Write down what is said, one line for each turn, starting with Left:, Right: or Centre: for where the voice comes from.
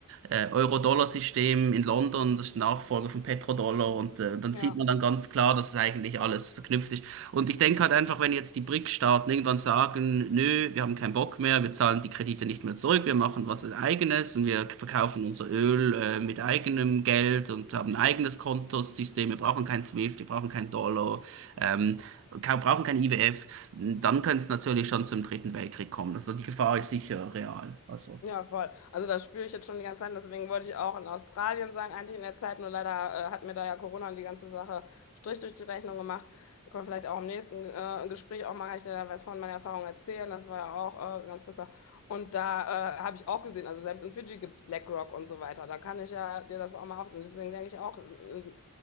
Right: äh, Euro-Dollar-System in London, das ist Nachfolger von Petrodollar. Und äh, dann sieht
Left: ja.
Right: man dann ganz klar, dass es eigentlich alles verknüpft ist. Und ich denke halt einfach, wenn jetzt die BRIC-Staaten irgendwann sagen, nö, wir haben keinen Bock mehr, wir zahlen die Kredite nicht mehr zurück, wir machen was eigenes und wir verkaufen unser Öl äh, mit eigenem Geld und haben ein eigenes Kontosystem, wir brauchen kein SWIFT, wir brauchen keinen Dollar. Ähm, ka- brauchen kein IWF, dann könnte es natürlich schon zum Dritten Weltkrieg kommen. Also die Gefahr ist sicher real. Also
Left: Ja, voll. Also das spüre ich jetzt schon die ganze Zeit. Deswegen wollte ich auch in Australien sein, eigentlich in der Zeit. Nur leider äh, hat mir da ja Corona und die ganze Sache Strich durch die Rechnung gemacht. Da können wir vielleicht auch im nächsten äh, Gespräch auch mal kann ich dir da was von meiner Erfahrung erzählen. Das war ja auch äh, ganz furchtbar. Und da äh, habe ich auch gesehen, also selbst in Fidschi gibt es BlackRock und so weiter. Da kann ich ja dir das auch mal aufsehen. Deswegen denke ich auch, ähm,